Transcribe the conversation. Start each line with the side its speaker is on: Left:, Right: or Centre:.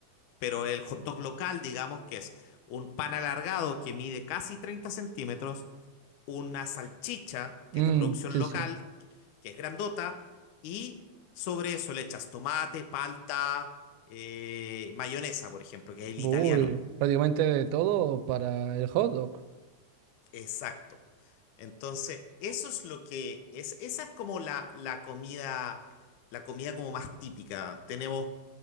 Left: pero el hot dog local, digamos que es un pan alargado que mide casi 30 centímetros, una salchicha que
Right: Mm,
Left: es de producción
Right: sí,
Left: local,
Right: sí.
Left: que es grandota, y sobre eso le echas tomate, palta, eh, mayonesa, por ejemplo, que es el
Right: Uy,
Left: italiano.
Right: prácticamente de todo para el hot dog.
Left: Exacto. Entonces, eso es lo que es, esa es como la, la comida, la comida como más típica. Tenemos,